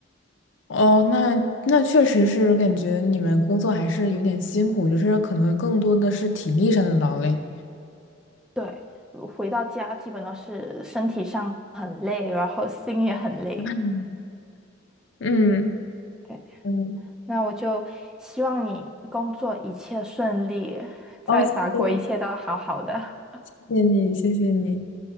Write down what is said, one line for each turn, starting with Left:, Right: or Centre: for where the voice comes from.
Left: 哦，那那确实是感觉你们工作还是有点辛苦，就是可能更多的是体力上的劳累。
Centre: 对，回到家基本都是身体上很累，然后心也很累。
Left: 嗯，嗯，
Centre: 对，
Left: 嗯
Centre: 那我就希望你工作一切顺利，在法国一切都好好的。
Left: 哦，谢谢谢谢你，谢谢你。